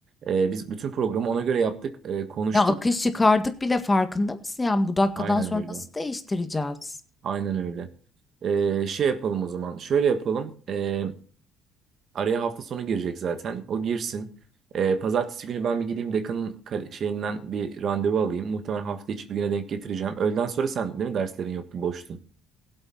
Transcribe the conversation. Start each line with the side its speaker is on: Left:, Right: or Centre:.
Right: E, biz bütün programı ona göre yaptık, e, konuştuk.
Left: Ya akış çıkardık bile farkında mısın? Yani bu dakikadan
Right: Aynen
Left: sonra
Right: öyle.
Left: nasıl değiştireceğiz?
Right: Aynen öyle. E, şey yapalım o zaman. Şöyle yapalım. E, Araya hafta sonu girecek zaten. O girsin. Ee, pazartesi günü ben bir gideyim dekanın kal- şeyinden bir randevu alayım. Muhtemelen hafta içi bir güne denk getireceğim. Öğleden sonra sen değil mi derslerin yoktu boştun.